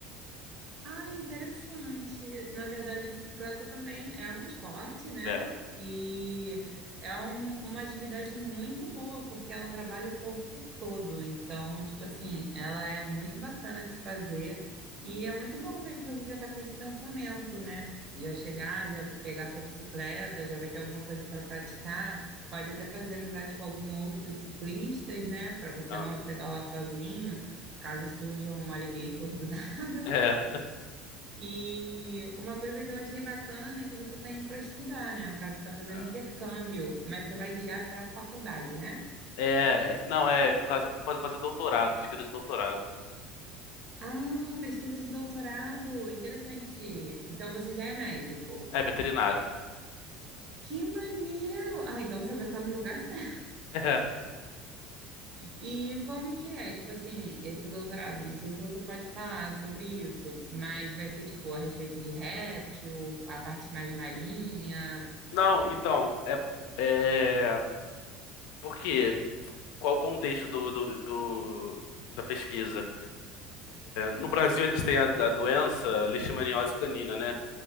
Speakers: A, on the right; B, on the left.
A: Ah, interessante. Na verdade, bicicleta também é um esporte, né?
B: É,
A: E é um- uma atividade muito boa, porque ela trabalha o corpo todo. Então, tipo assim, ela é muito bacana de se fazer. E é muito bom ver que você já está com esse pensamento, né? Já chegar, já pegar sua bicicleta, já vai ter alguma coisa para praticar. Pode até fazer amizade com algum outros ciclistas, né? Para você
B: aham.
A: não pedalar sozinho, caso surja um alligator do <laughs> nada.
B: É,
A: E uma coisa que eu achei bacana é que você está indo para estudar, né? No caso, você está fazendo
B: é.
A: intercâmbio, mas você vai guiar para a faculdade, né?
B: É, é, não, é por causa de fazer doutorado, pesquisa de doutorado.
A: Ah, pesquisa de doutorado, interessante. Então você já é médico.
B: É veterinário.
A: Que maneiro! Ah, então você vai estar no lugar certo.
B: <laughs> É.
A: E como que é, tipo assim, esse doutorado? Não sei se você pode falar sobre isso, mas vai ser tipo a respeito de réptil, a parte mais marinha.
B: Não, então, é, é porque qual o contexto do, do, do- da pesquisa? No Brasil, a gente tem a, a doença leishmaniose canina, né?